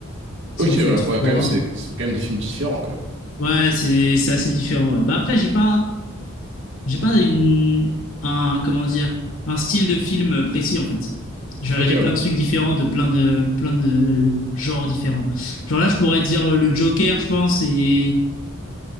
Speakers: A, on the left (about 75°); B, on the right (about 60°).
A: Ça
B: Ok,
A: m'en fait
B: ouais.
A: trois.
B: Ouais, quand même, c'est c'est quand même des films différents, quand même.
A: Ouais, c'est c'est assez différent. ouais. Bah après, j'ai pas J'ai pas une, un, comment dire, un style de film précis en fait. Je vais regarder
B: Ok, ouais.
A: plein de trucs différents de plein de, plein de genres différents. Genre là, je pourrais dire euh, le Joker, je pense, et,